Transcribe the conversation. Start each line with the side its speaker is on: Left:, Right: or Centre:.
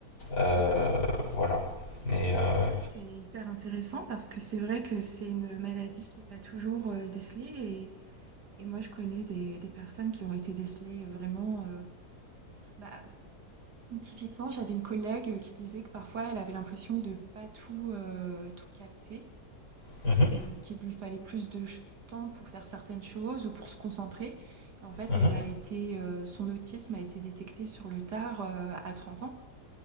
Left: Euh,
Right: D'accord.
Left: voilà. Mais euh,
Right: Ouais, c'est hyper intéressant parce que c'est vrai que c'est une maladie qui n'est pas toujours euh, décelée et, et moi je connais des, des personnes qui ont été décelées euh, vraiment. euh, bah, typiquement, j'avais une collègue euh, qui disait que parfois elle avait l'impression de pas tout, euh, tout capter
Left: mhm,
Right: et, ou qu'il lui fallait plus de ch- temps pour faire certaines choses ou pour se concentrer. en fait,
Left: mhm,
Right: elle a été, euh, son autisme a été détecté sur le tard euh, à 30 ans.